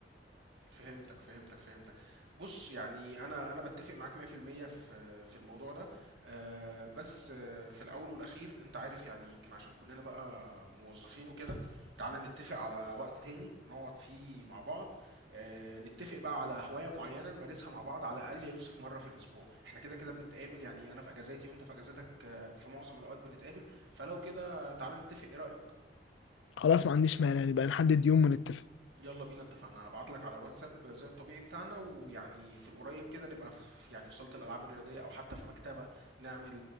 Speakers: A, on the right (about 80°); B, on the left (about 90°).
A: فهمتك فهمتك فهمتك بص يعني انا انا بتفق معاك 100% في المية في في الموضوع ده آه، بس آه، في الاول والاخير انت عارف يعني يمكن عشان كلنا بقى موظفين وكده تعالى نتفق على وقت تاني نقعد فيه مع بعض آه، نتفق بقى على هواية معينة نمارسها مع بعض على الاقل يا يوسف مرة في الاسبوع احنا كده كده بنتقابل يعني انا في اجازاتي وانت في اجازاتك آه، في معظم الاوقات بنتقابل فلو كده تعالى نتفق ايه رأيك
B: خلاص ما عنديش مانع يعني بقى نحدد يوم ونتفق
A: يلا بينا اتفقنا هبعت لك على الواتساب زي الطبيعي بتاعنا ويعني في القريب كده نبقى في في- يعني في صالة الألعاب الرياضية أو حتى في مكتبة نعمل